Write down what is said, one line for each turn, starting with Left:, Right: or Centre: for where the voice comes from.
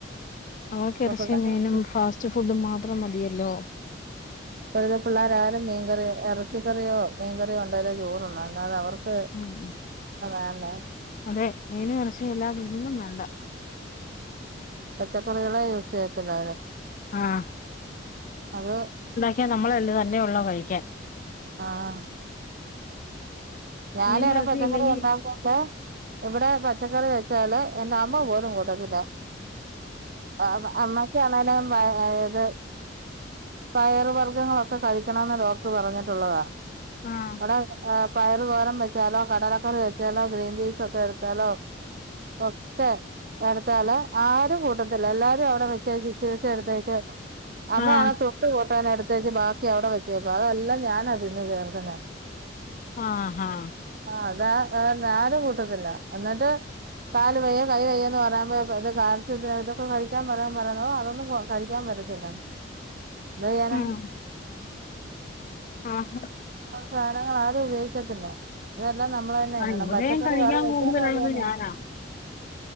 Left: അവർക്കെറച്ചിയും
Right: ഇപ്പൊ പിള്ളേർക്ക്
Left: മീനും ഫാസ്റ്റ് ഫുഡും മാത്രം മതിയല്ലോ
Right: ഇപ്പഴത്തെ പിള്ളേരാരും മീൻകറിയൊ എറച്ചിക്കറിയോ മീൻകറിയോ ഒണ്ടായാലേ ചോറുണ്ണു അല്ലാതെ അവർക്ക്
Left: ഉം ഉം
Right: ക്ക് അതെയല്ലേ
Left: അതെ, മീനും എറച്ചിയും അല്ലാതൊന്നും വേണ്ട
Right: പച്ചക്കറികള് യൂസ് ചെയ്യത്തില്ലവന്
Left: ആഹ്
Right: അപ്പൊ
Left: ക്യാൻ നമ്മള് തന്നെയുള്ളൂ കഴിക്കാൻ
Right: ആഹ് ഞാനിവിടെ
Left: മീനും ഇറച്ചിയും
Right: പച്ചക്കറി
Left: ഇല്ലെങ്കി
Right: ഉണ്ടാക്കുമ്പൊ ഇവിടെ പച്ചക്കറി വെച്ചാല് എന്റെ അമ്മ പോലും കൂട്ടത്തില്ല ആഹ് അമ്മ കാണാനും വയ വയേത് പയർ വർഗ്ഗങ്ങളൊക്കെ കഴിക്കണം ന്ന് ഡോക്ടർ പറഞ്ഞിട്ടുള്ളതാ
Left: ആഹ്
Right: അവിടെ ആഹ് പയറ് തോരം വെച്ചാലോ കടലക്കറി വെച്ചാലോ ഗ്രീൻ പീസ് ഒക്കെ എടുത്താലോ ഒക്കെ അടുത്താല ആരും കൂട്ടത്തില്ല എല്ലാരും അവിടെ വെച്ച് ചച്ച വച്ച എടുത്തായിട്ട് അമ്മയാണെ
Left: ആഹ്
Right: തൊട്ട് കൂട്ടാൻ എടുത്തേച്ച് ബാക്കി അവിടെ വെച്ചേക്കും അതെല്ലാം ഞാനാതിന്ന് തീർക്ക്ന്നേ
Left: ആഹ് ആഹ്
Right: ആഹ് അതാ ഏഹ് ഞാനും കൂട്ടത്തില്ല എന്നിട്ട് കാല് വയ്യ കൈ വയ്യ എന്ന് പറയാപോ <unintelligible> കാണിച്ചിട്ട് ഇപ്പ കഴിക്കാൻ പറയാൻ പറാനോ ഏഹ് അതൊന്നും കഴിക്കാൻ പറ്റത്തില്ലാന്ന് എന്തെയ്യാനാ
Left: ഉം ആഹ്
Right: സാധനങ്ങൾ ആരും ഉപയോഗിക്കത്തില്ല ഇതെല്ലാം നമ്മൾ തന്നെ
Left: ആഹ്
Right: ഇടണം
Left: ഇവിടെയും
Right: പച്ചക്കറി
Left: കഴിക്കാൻ
Right: വേറെ നെയ്ച്ചോറിനും
Left: കൂടുതലുള്ളത്
Right: അതന്നെ
Left: ഞാനാ